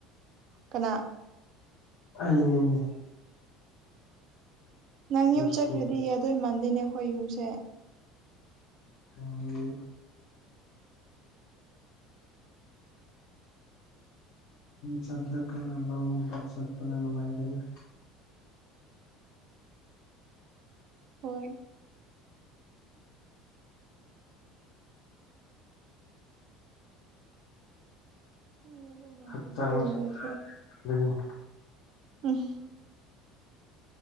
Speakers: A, on the right; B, on the left.
A: ꯀꯅꯥ
B: ꯑꯅꯦꯅꯦ
A: ꯅꯪ ꯌꯨꯝ ꯆꯠꯈ꯭ꯔꯗꯤ
B: ꯁꯨꯗ
A: ꯌꯥꯗꯣꯏ ꯃꯥꯟꯗꯦꯅꯦ ꯑꯩꯈꯣꯏ ꯌꯨꯝꯁꯦ
B: ꯑꯗꯤ ꯆꯠꯂꯀ ꯆꯠꯄꯖꯅꯨꯡꯉꯥꯏꯅꯦ
A: ꯑꯣꯏ ꯑꯩꯗꯤ ꯑꯗꯨꯝ ꯅꯨꯡꯉꯥꯏ
B: ꯍꯛꯆꯥꯡꯗꯒꯤ
A: ꯑꯗꯨ ꯑꯣꯏꯔꯁꯨ ꯎꯝ